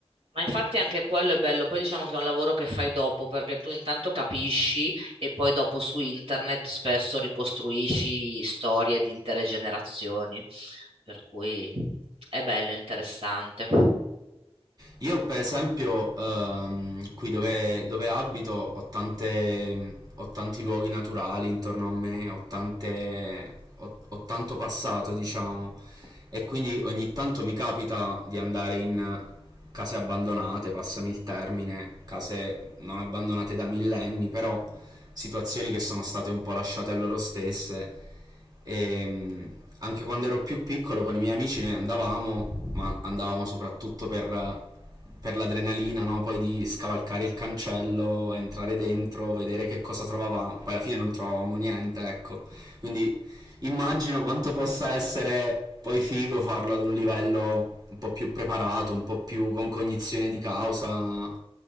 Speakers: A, on the right (about 65°); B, on the right (about 40°).
A: Ma infatti anche quello è bello, poi diciamo che è un lavoro che fai dopo perché tu intanto capisci e poi dopo su internet spesso ricostruisci storie di intere generazioni, per cui è bello, interessante.
B: Io per esempio ehm, qui dove, dove abito ho, tante, ho tanti luoghi naturali intorno a me, ho, tante, ho, ho tanto passato diciamo e quindi ogni tanto mi capita di andare in case abbandonate, passami il termine, case non abbandonate da millenni però situazioni che sono state un po' lasciate a loro stesse e, anche quando ero più piccolo con i miei amici noi andavamo, ma andavamo soprattutto per, per l'adrenalina, no? poi di scavalcare il cancello, entrare dentro, vedere che cosa trovavamo, poi alla fine non trovavamo niente, ecco. Quindi immagino quanto possa essere poi figo farlo ad un livello un po' più preparato, un po' più con cognizione di causa.